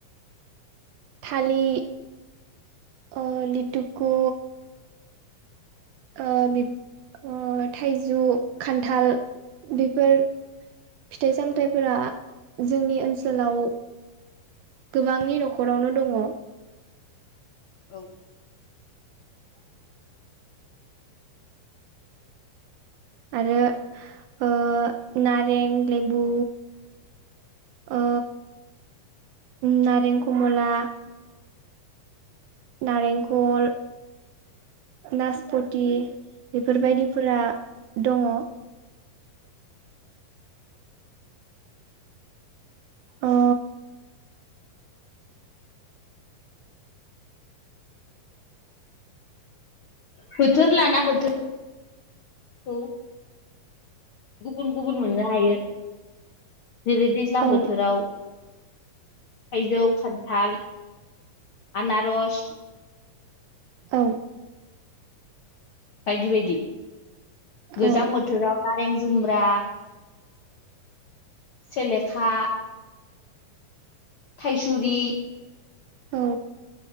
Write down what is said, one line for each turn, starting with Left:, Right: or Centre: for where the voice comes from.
Right: थालि ओ लिटुखु ओ बिब ओ थाइजौ खान्थाल बिफोर फिथाइ सामथाइफोरा जोंनि ओनसोलाव गोबांनि न'खरावनो दङ
Left: औ
Right: आरो ओ नारें लेबु ओ नारें कमला नारेंखल नाजपत ति बेफोरबायदिफोरा दङ ओ
Left: बोथोर लाना बोथोर औ गुबुन गुबुन मोननो हायो जेरै दैज्लां
Right: औ
Left: बोथोराव थाइजौ खान्थाल आनारस
Right: औ
Left: बायदि बायदि गोजां
Right: औ
Left: बोथोराव नारें जुम्ब्रा सेलेखा थाइसुरि
Right: औ